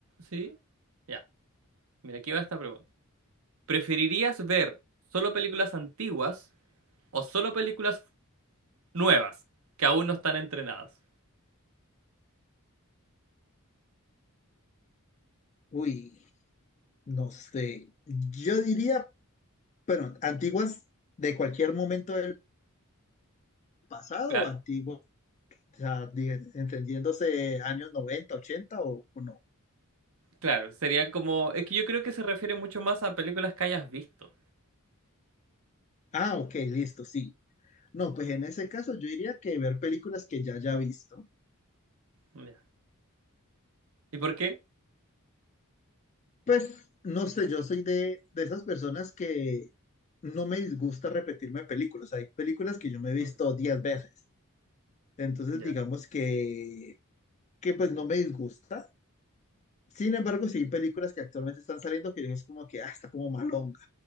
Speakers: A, on the right (about 70°); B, on the left (about 30°).
A: Sí. Ya, mira, aquí va esta pregunta. ¿Preferirías ver solo películas antiguas o solo películas nuevas que aún no están entrenadas?
B: Uy, no sé. Yo diría, pero antiguas de cualquier momento del pasado
A: Claro,
B: o antiguas. O sea, di- entendiéndose años 90 80 o, o no.
A: claro, sería como... Es que yo creo que se refiere mucho más a películas que hayas visto.
B: Ah, ok, listo, sí. No, pues en ese caso yo diría que ver películas que ya haya visto.
A: Ya. ¿Y por qué?
B: Pues no sé, yo soy de, de esas personas que no me disgusta repetirme películas. Hay películas que yo me he visto
A: Mm,
B: 10 veces. Entonces
A: ya.
B: digamos que, que pues no me disgusta. Sin embargo, sí hay películas que actualmente están saliendo que yo es como que, ah, está como malonga.